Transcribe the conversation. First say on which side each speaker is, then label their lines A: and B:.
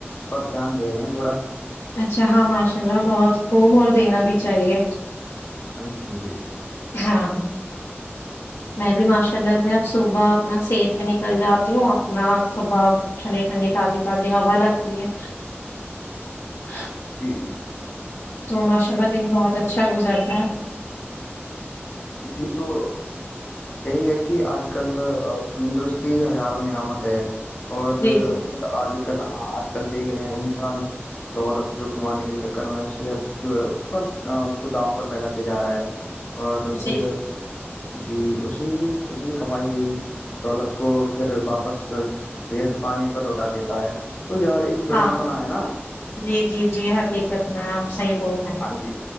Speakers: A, on the left (about 40°); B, on the left (about 80°).
A: پر دھیان دے رہے ہیں تھوڑا <unintelligible>
B: اچھا ہاں ماشاء اللہ بہت خب اور دینا بھی چاہیے <unintelligible>
A: ہ چ کنجی <unintelligible>
B: ہاں <unintelligible> میں بھی ماشاء اللہ سے اب صبح اپنا سیر پہ نکل جاتی ہوں اپنا صبح ٹھنڈی ٹھنڈی تازی تازی ہوا لگتی ہے <unintelligible>
A: جا <unintelligible>
B: تو ماش <unintelligible> پلا دن بہت اچھا گزرتا ہے <unintelligible>
A: جی تو یہی ہے کہ آج کل تندرستی ہزاروں نعمت ہے <unintelligible> اور
B: جی جی
A: آج کل ہاں آج <unintelligible> کل دیکھ رہے ہیں انسان دولت جو کمانے کے چکر میں صحت جو ہے اس پر اس کو داؤ پر لگاتے جا رہا ہے اور <unintelligible>
B: جی
A: پھر
B: جی
A: جی اس <unintelligible> ی اسی کمائی ہوئی دولت کو پھر واپس صحت پانی پر لوٹا دیتا ہے <unintelligible>
B: ہاں
A: بٹم بنا ہے نا
B: جی جی جی حقیقت میں آپ صحیح بول رہے ہیں
A: ہاں جی